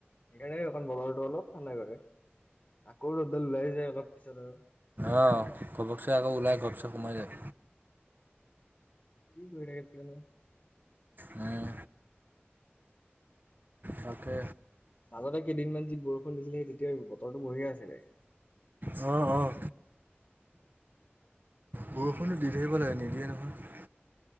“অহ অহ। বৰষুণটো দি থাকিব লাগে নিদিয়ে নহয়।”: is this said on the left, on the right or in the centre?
Right